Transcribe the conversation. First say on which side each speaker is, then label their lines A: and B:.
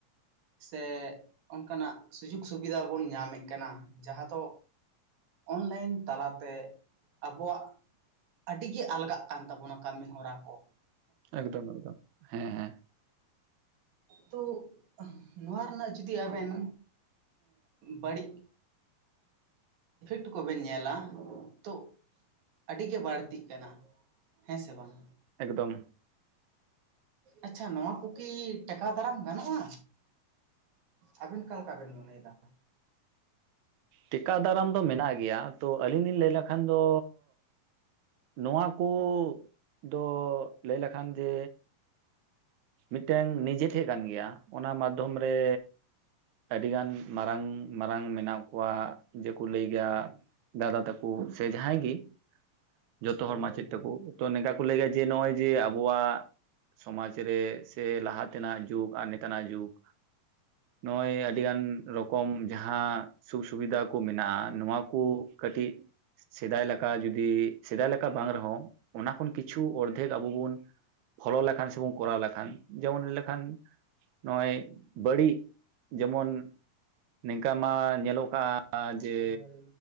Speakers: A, on the right (about 80°); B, on the right (about 65°).
A: ᱥᱮ ᱚᱱᱠᱟᱱᱟᱜ ᱥᱩᱡᱳᱜᱽ ᱥᱩᱵᱤᱫᱷᱟ ᱵᱚᱱ ᱧᱟᱢᱮᱫ ᱠᱟᱱᱟ ᱡᱟᱦᱟᱸ ᱫᱚᱼᱼ ᱚᱱᱞᱟᱭᱤᱱ ᱛᱟᱞᱟᱛᱮ ᱟᱵᱚᱣᱟᱜ ᱟᱹᱰᱤᱜᱮ ᱟᱞᱜᱟᱜ ᱠᱟᱱ ᱛᱟᱵᱚᱱᱟ ᱠᱟᱹᱢᱤ ᱦᱚᱨᱟ ᱠᱚ
B: ᱮᱠᱫᱚᱢ ᱮᱠᱫᱚᱢ ᱦᱮᱸ ᱦᱮᱸ
A: ᱛᱚᱼᱼ ᱱᱚᱣᱟ ᱨᱮᱱᱟᱜ ᱡᱩᱫᱤ ᱟᱵᱮᱱ ᱵᱟᱹᱲᱤᱡᱼᱼ ᱞᱴᱩ ᱠᱚᱵᱮᱱ ᱧᱮᱞᱟ ᱛᱚ ᱟᱹᱰᱤ ᱜᱮ ᱵᱟᱹᱲᱛᱤᱜ ᱠᱟᱱᱟ ᱦᱮᱸ ᱥᱮ ᱵᱟᱝ
B: ᱮᱠᱫᱚᱢ
A: ᱟᱪᱷᱟ ᱱᱚᱣᱟ ᱠᱚᱠᱤ ᱴᱮᱠᱟᱣ ᱫᱟᱨᱟᱢ ᱜᱟᱱᱚᱜᱼᱟ? ᱟᱹᱵᱤᱱ ᱠᱟᱞᱠᱟ ᱵᱮᱱ ᱢᱚᱱᱮᱭᱮᱼᱫᱟ
B: ᱴᱮᱠᱟ ᱫᱟᱨᱟᱢ ᱫᱚ ᱢᱮᱱᱟᱜ ᱜᱮᱭᱟ ᱛᱚ ᱟᱹᱞᱤᱧ ᱞᱤᱧ ᱞᱟᱹᱭ ᱞᱮᱠᱷᱟᱱ ᱫᱚᱼᱼ ᱱᱚᱣᱟ ᱠᱚ ᱫᱚ ᱞᱟᱹᱭ ᱞᱮᱠᱷᱟᱱ ᱡᱮᱼᱼ ᱢᱤᱫᱴᱮᱱ ᱱᱤᱡᱮ ᱴᱷᱮᱡ ᱠᱟᱱ ᱜᱮᱭᱟ ᱚᱱᱟ ᱢᱟᱫᱽᱫᱷᱚᱢ ᱨᱮᱼᱼ ᱟᱹᱰᱤᱜᱟᱱ ᱢᱟᱨᱟᱝ ᱢᱟᱨᱟᱝ ᱢᱮᱱᱟᱜ ᱠᱚᱣᱟ ᱡᱮᱠᱚ ᱞᱟᱹᱭ ᱜᱮᱭᱟ ᱫᱟᱫᱟ ᱛᱟᱠᱚᱼᱼ ᱥᱮ ᱡᱟᱦᱟᱸᱭ ᱜᱮ ᱡᱚᱛᱚ
A: ᱦᱳᱭ
B: ᱦᱚᱲ ᱢᱟᱪᱮᱫ
A: ᱦᱳᱭ
B: ᱛᱮᱠᱚᱼᱼ ᱛᱚ ᱱᱚᱝᱠᱟ ᱠᱚ ᱞᱟᱹᱭᱟ ᱡᱮ ᱱᱚᱜᱼᱚᱭ ᱡᱮ ᱟᱵᱚᱣᱟᱜ᱾ ᱥᱚᱢᱟᱡᱽ ᱨᱮ ᱥᱮ ᱞᱟᱦᱟ ᱛᱮᱱᱟᱜ ᱡᱩᱜᱽ ᱟᱨ ᱱᱮᱛᱟᱨᱱᱟᱜ ᱡᱩᱜᱽ᱾ ᱱᱚᱜᱼᱚᱭ ᱟᱹᱰᱤ ᱜᱟᱱ ᱨᱚᱠᱚᱢ ᱡᱟᱦᱟᱸᱼᱼ ᱥᱩᱠ ᱥᱩᱵᱤᱫᱟ ᱠᱚ ᱢᱮᱱᱟᱜᱼᱟ ᱱᱚᱣᱟ ᱠᱚ ᱠᱟᱹᱴᱤᱡᱼᱼ ᱥᱮᱫᱟᱭ ᱞᱮᱠᱟ ᱡᱩᱚᱫᱤ ᱥᱮᱫᱟᱭ ᱞᱮᱠᱟ ᱵᱟᱝ ᱨᱮᱦᱚᱸ ᱚᱱᱟ ᱠᱷᱚᱱ ᱠᱤᱪᱷᱩ ᱚᱨᱫᱷᱮᱠ ᱟᱵᱚ ᱵᱚᱱᱼᱼ ᱯᱷᱚᱞᱳ ᱞᱮᱠᱷᱟᱱ ᱥᱮᱵᱚᱱ ᱠᱚᱨᱟᱣ ᱞᱮᱠᱷᱟᱱ ᱡᱮᱢᱚᱱ ᱞᱮᱠᱷᱟᱱ ᱱᱚᱜᱼᱚᱭ ᱵᱟᱹᱲᱤᱡ, ᱡᱮᱢᱚᱱ ᱱᱤᱝᱠᱟ ᱢᱟ ᱧᱮᱞᱚᱜ ᱠᱟᱜᱼᱟ᱾ ᱡᱮ
A: ᱦᱳᱭ ᱦᱳᱭ